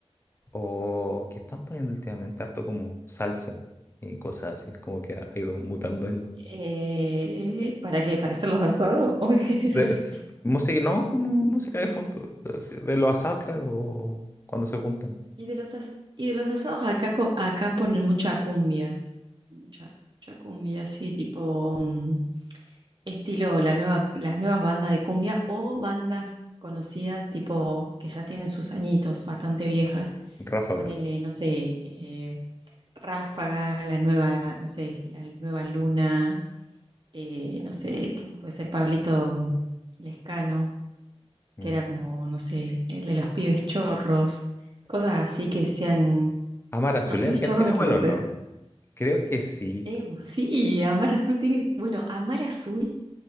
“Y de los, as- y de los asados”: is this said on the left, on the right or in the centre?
Right